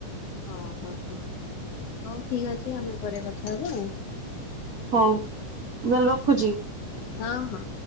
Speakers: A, on the left; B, on the right.
A: ହଁ ହଁ ହଁ ହଉ ଠିକ ଅଛି ଆମେ ପରେ କଥା ହବା ଆଉ।
B: ହଉ। ମୁଁ ତାହାଲେ ରଖୁଛି।
A: ହଁ ହଁ।